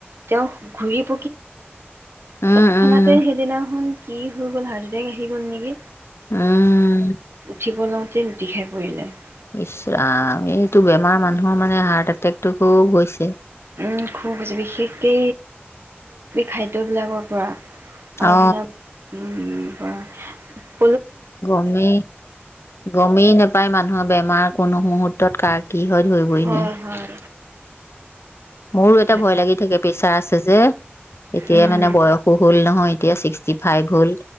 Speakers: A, on the right; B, on the left.
A: তেওঁ ঘূৰিব
B: উম
A: তৎক্ষণাতে
B: উম
A: সেইদিনা খন কি হৈ গোল হাৰ্ট এটেক আহি গোল নেকি
B: উম
A: <inaudible> <inaudible>
B: ইচ ৰাম এইটো বেমাৰ মানুহৰ মানে হাৰ্ট এটেক টো খুব হৈছে
A: উম্ খুব হৈছে। বিশেষকে খাদ্য বিলাকৰ পৰা ও‌
B: অ
A: বলা অম <inaudible>
B: গমে গমেই নেপাই মানুহৰ বেমাৰ কোনো মুহূৰ্তত কাৰ কি হয় ধৰিবই
A: হয়
B: নোৱাৰি
A: হয়
B: মোৰো এটা
A: তাক
B: ভয় লাগি থাকে প্ৰেচাৰ আছ জে এতিয়া
A: উম
B: মানে বয়সো হ'ল নহয় এতিয়া ছিক্সটি ফাইভ হল